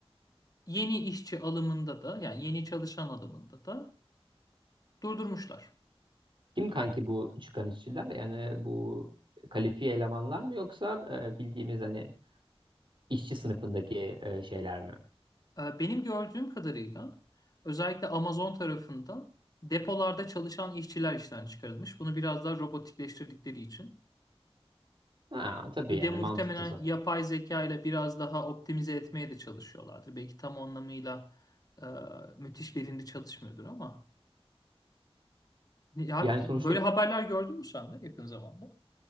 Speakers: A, on the left; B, on the right.
A: yeni işçi alımında da yani yeni çalışan alımında da durdurmuşlar.
B: Kim kanki bu çıkan işçiler? Yani bu kalifiye elemanlar mı yoksa e, bildiğimiz hani işçi sınıfındaki e, şeyler mi?
A: E, benim gördüğüm kadarıyla özellikle Amazon tarafında depolarda çalışan işçiler işten çıkarılmış. Bunu biraz daha robotikleştirdikleri için.
B: Ha, tabii
A: Bir
B: yani
A: de muhtemelen
B: mantıklı sonuç.
A: yapay zeka ile biraz daha optimize etmeye de çalışıyorlardır. Belki tam anlamıyla e, müthiş verimli çalışmıyordur ama. Ya,
B: Yani sonuçta
A: böyle haberler gördün mü sen de yakın zamanda?